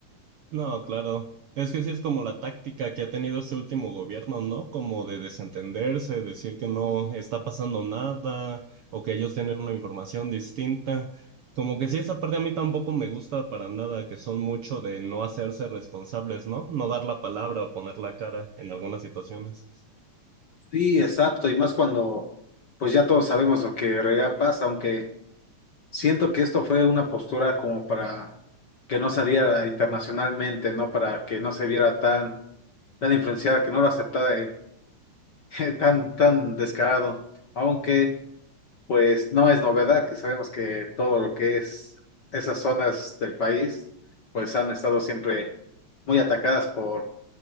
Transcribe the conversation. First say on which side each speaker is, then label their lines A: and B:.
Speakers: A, on the right (about 70°); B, on the left (about 50°).
A: No, claro. Es que sí es como la táctica que ha tenido este último gobierno, ¿no? Como de desentenderse, decir que no está pasando nada o que ellos tienen una información distinta. Como que sí, esa parte a mí tampoco me gusta para nada, que son mucho de no hacerse responsables, ¿no? No dar la palabra o poner la cara en algunas situaciones.
B: Sí, exacto, y más cuando pues ya todos sabemos lo que en realidad pasa, aunque Siento que esto fue una postura como para que no saliera internacionalmente, ¿no? Para que no se viera tan, tan influenciada, que no lo aceptara en, <laughs> tan, tan descarado. Aunque, pues, no es novedad que sabemos que todo lo que es esas zonas del país, pues han estado siempre muy atacadas por,